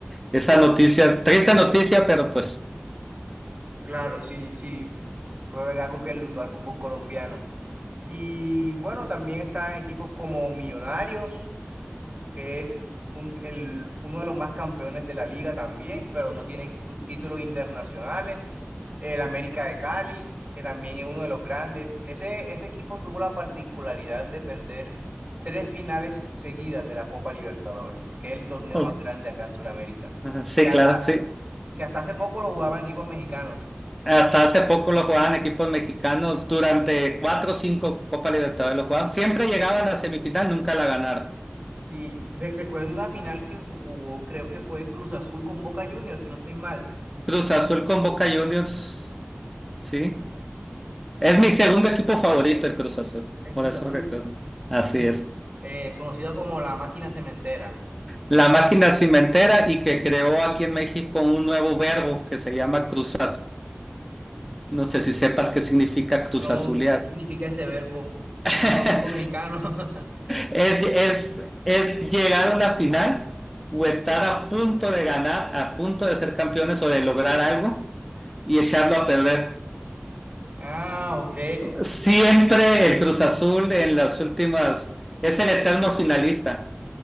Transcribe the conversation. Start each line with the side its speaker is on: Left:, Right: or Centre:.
Centre: esa
Right: Sí,
Centre: noticia, triste noticia, pero pues,
Right: claro, sí, sí. Fue algo que enlutó al fútbol colombiano. Y bueno, también están equipos como Millonarios, que es un- el- uno de los más campeones de la liga también, pero no tiene tu- títulos internacionales. El América de Cali, que también es uno de los grandes. Ese, ese equipo tuvo la particularidad de perder tres finales seguidas de la Copa Libertadores, que es el torneo
Centre: oh,
Right: más grande acá en Sudamérica,
Centre: <laughs> ajá, sí,
Right: que hasta,
Centre: claro, sí.
Right: que hasta hace poco lo jugaban equipos mexicanos.
Centre: Hasta hace poco lo jugaban equipos mexicanos, durante cuatro o cinco Copa Libertadores lo jugaban, siempre llegaban a la semifinal, nunca la ganaron.
Right: Sí, re- recuerdo una final que jugó, creo que fue Cruz Azul con Boca Juniors, si no estoy mal.
Centre: Cruz Azul con Boca Juniors, sí. Es mi segundo equipo favorito, el Cruz Azul,
Right: El
Centre: por
Right: Cruz
Centre: eso
Right: Azul.
Centre: recuerdo. Así
Right: Dicen,
Centre: es.
Right: eh, conocida como la máquina cementera.
Centre: La máquina cimentera y que creó aquí en México un nuevo verbo que se llama Cruz No sé si sepas qué significa Cruz
Right: No,
Centre: Azulear.
Right: ¿qué, qué significa ese verbo? Un
Centre: <laughs>
Right: verbo mexicano. <laughs>
Centre: Es, es, es llegar a la final o estar a punto de ganar, a punto de ser campeones o de lograr algo y echarlo a perder.
Right: Ah, ok.
Centre: Siempre el Cruz Azul en las últimas es el eterno finalista.